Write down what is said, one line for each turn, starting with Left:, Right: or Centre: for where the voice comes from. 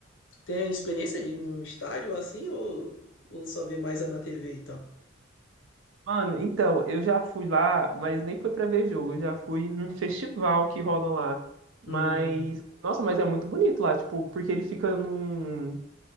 Left: Tu tem a experiência de ir num estádio assim, ou, ou só ver mais é na TV e tal?
Right: Mano, então, eu já fui lá, mas nem foi pra ver jogo, eu já fui num festival que rola lá. Mas,
Left: Hum,
Right: nossa, mas é muito bonito lá, tipo, porque ele fica num,